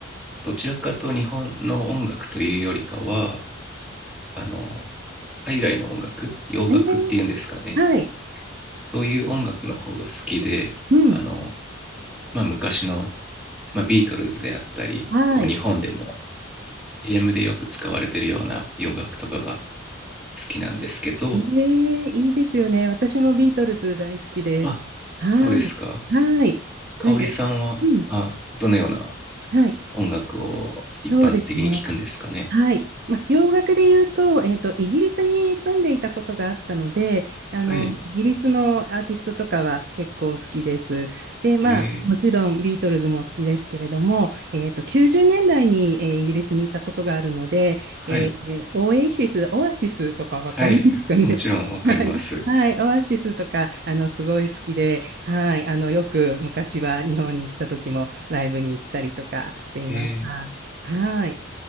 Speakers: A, in the centre; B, on the right (about 50°).
A: どちらかと日本の音楽というよりかは、あの、海外の音楽、洋楽っていうんですかね。
B: えーはい。
A: そういう音楽の方が好きで、
B: うん。
A: あの、まあ昔の、まあ、ビートルズであったり、
B: はい。
A: こう日本でも CM でよく使われてるような洋楽とかが好きなんですけど、
B: えーいいですよね。私もビートルズ大好きです。
A: あ、
B: はい。
A: そうですか。
B: はい。
A: 香織さんは、
B: なんか、うん。
A: あ、どのような
B: はい。
A: 音楽を一般的に聞くんですかね。
B: そうですね。はい。まあ、洋楽で言うと、えっと、イギリスに住んでいたことがあったので、あの、
A: はい。
B: イギリスのアーティストとかは結構好きです。で、まあ、
A: えー、
B: もちろんビートルズも好きですけれども、えっと、90年代に、えーイギリスに行ったことがあるので、
A: はい。
B: えーオエシス、オアシスとかわかりますかね。
A: はい。もちろんわかります。
B: <laughs> はい。はい。オアシスとか、あの、すごい好きで、はい。あの、よく昔は日本に来た時もライブに行ったりとかしていまし
A: えー、
B: た。はい。